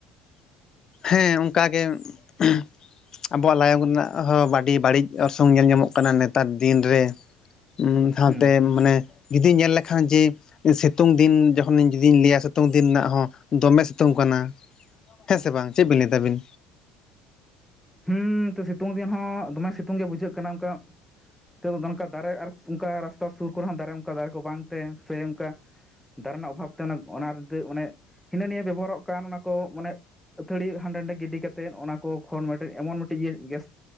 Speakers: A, on the left (about 30°); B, in the centre.
A: ᱦᱮᱸ ᱚᱝᱠᱟᱜᱮ ᱾ ᱟᱵᱚᱣᱟᱜ ᱞᱟᱭᱚᱝ ᱨᱮᱱᱟᱜ ᱦᱚᱸ ᱵᱟᱰᱤ ᱵᱟᱹᱲᱤᱡ ᱚᱨᱥᱚᱝ ᱧᱮᱞ ᱧᱟᱢᱚᱜ ᱠᱟᱱᱟ ᱱᱮᱛᱟᱨ ᱫᱤᱱ ᱨᱮ ᱾ ᱩᱸᱻ ᱥᱟᱶᱛᱮ
B: ᱦᱩᱸ
A: ᱢᱟᱱᱮ, ᱡᱩᱫᱤ ᱧᱮᱞ ᱞᱮᱠᱷᱟᱱ ᱡᱮ ᱥᱮᱛᱳᱝ ᱫᱤᱱ ᱡᱚᱠᱷᱚ ᱱᱤᱧ ᱡᱩᱫᱤᱧ ᱞᱮᱭᱟ ᱥᱮᱛᱳᱝ ᱫᱤᱱ ᱱᱟᱜ ᱦᱚᱸ ᱫᱚᱢᱮ ᱥᱤᱛᱳᱝ ᱠᱟᱱᱟ ᱾ ᱦᱮᱸ ᱥᱮ ᱵᱟᱝ, ᱪᱮᱫ ᱵᱤᱱ ᱞᱟᱹᱭᱫᱟ ᱟᱵᱤᱱ?
B: ᱦᱩᱸᱻ ᱛᱚ ᱥᱤᱛᱩᱝ ᱫᱤᱱ ᱦᱚᱸ ᱫᱚᱢᱮ ᱥᱤᱛᱩᱝ ᱜᱮ ᱵᱩᱡᱷᱟᱹᱜ ᱠᱟᱱᱟ, ᱚᱱᱠᱟ ᱱᱤᱛᱚᱜ ᱫᱚ ᱫᱚᱱᱠᱟ ᱫᱟᱨᱮ ᱟᱨ ᱥᱩᱝᱠᱟ ᱨᱟᱥᱛᱟ ᱥᱩᱨ ᱠᱚᱨᱮ ᱦᱚᱸ ᱫᱟᱨᱮ ᱚᱝᱠᱟ ᱫᱟᱨᱮ ᱠᱚ ᱵᱟᱝᱛᱮ ᱥᱮ ᱚᱝᱠᱟ ᱫᱟᱨᱮ ᱨᱮᱱᱟᱜ ᱚᱵᱷᱟᱵ ᱛᱮ ᱚᱱᱮ ᱚᱱᱟᱨ ᱫᱟᱹ ᱚᱱᱮ ᱦᱤᱱᱟᱹ ᱱᱤᱭᱟᱹ ᱵᱮᱵᱚ ᱦᱟᱨᱚᱜ ᱠᱟᱱ ᱚᱱᱟ ᱠᱚ, ᱢᱟᱱᱮ ᱟᱹᱛᱷᱟᱹ ᱲᱤᱣᱟᱜ ᱦᱟᱸᱰᱮ ᱱᱟᱰᱮ ᱜᱤᱰᱤ ᱠᱟᱛᱮᱫ ᱚᱱᱟ ᱠᱚ ᱠᱷᱚᱱ ᱢᱮᱫᱴᱮᱡ ᱮᱢᱚᱱ ᱢᱤᱫᱴᱤᱡ ᱤᱭᱟᱹ ᱜᱮᱥ